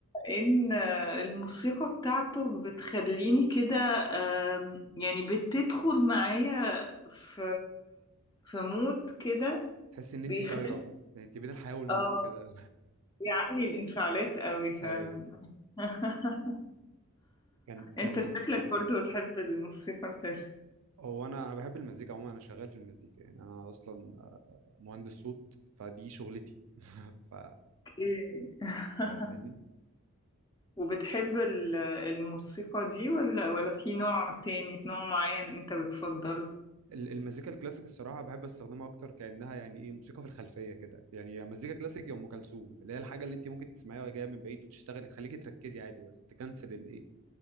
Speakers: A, on the left; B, on the right.
A: ان آه، الموسيقى بتاعته بتخليني كده آم، يعني بتدخل معايا في في مود كده
B: تحسي ان انت
A: بيخلي
B: طايره يعني انت بين الحياه والموت
A: اه
B: كده
A: بيعلي الانفعالات قوي فعلا
B: <laughs> ايوه
A: <laughs>
B: كان كان
A: انت شكلك برضو بتحب الموسيقى الكلاسيك
B: هو انا بحب المزيكا عموما انا شغال في المزيكا يعني انا اصلا مهندس صوت فدي شغلتي <laughs> ف
A: إيه. <laughs>
B: فاهماني
A: وبتحب ال- الموسيقى دي ولا ولا في نوع تاني نوع معين انت بتفضله
B: ال- المزيكا الكلاسيك الصراحة بحب استخدمها أكتر كأنها يعني إيه موسيقى في الخلفية كده يعني يا مزيكا كلاسيك يا أم كلثوم اللي هي الحاجة اللي أنت ممكن تسمعيها وهي جاية من بعيد وتشتغلي تخليكي تركزي عادي بس تكنسل الإيه